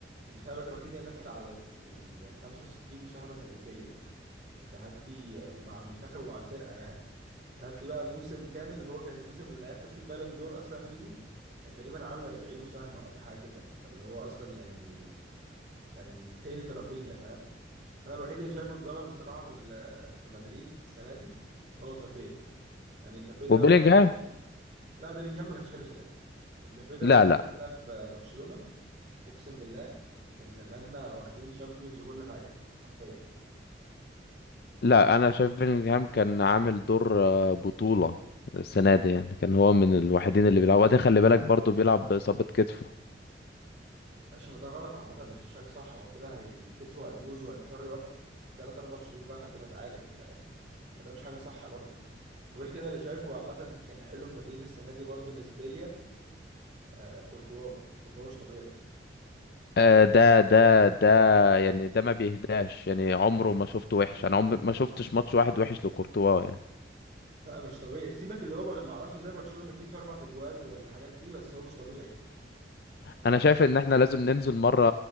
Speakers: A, on the right (about 40°); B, on the left (about 55°).
A: انت خلي بالك رافينيا داخل على ال 65 مساهمه هدفيه انت هات لي مع المنتخب ومع الفرقه يعني انت هات لي بقى موسم كامل اللي هو كان الموسم اللي هياخد فيه بالون دور اصلا فيني كان تقريبا عامل 40 مساهمه ولا حاجه كده اللي هو اصلا يعني كان تيلت رافينيا فاهم انا الوحيد اللي شايفه اتظلم الصراحه في ال- في مدريد السنه دي هو مبابي يعني مبابي ده
B: وبيلينغهام
A: لو كان لا بيلينجهام ما كانش حلو السنه دي مبابي ده
B: لا
A: لو كان
B: لا
A: معانا في برشلونه اقسم بالله كان زماننا واخدين شامبيونز وكل حاجه حرفيا يعني
B: لا انا شايف بيلينغهام كان عامل دور آه، بطولة السنة دي يعني كان هو من الوحيدين اللي بيلعب وبعدين خلي بالك برضه بيلعب بإصابة كتفه
A: ماشي ما ده غلط عامة مش مش حاجة صح هو كده هي- كتفه هيبوظ وهيضطر يقعد تلات أربع شهور بقى لحد ما يتعالج فيعني ما ده مش حاجة صح برضه وغير كده اللي شايفه عامة كان حلو في مدريد السنة دي برضه نسبيا آه كورتوا كورتوا مش طبيعي
B: آه، ده ده ده يعني ده ما بيهداش يعني عمره ما شفته وحش انا عمري ما شفتش ماتش واحد وحش لكورتوا يعني
A: لا مش طبيعي سيبك اللي هو بر... ما اعرفش ازاي برشلونة بتجيب فيه أربع أجوان والحاجات دي بس هو مش طبيعي
B: انا شايف ان احنا لازم ننزل مرة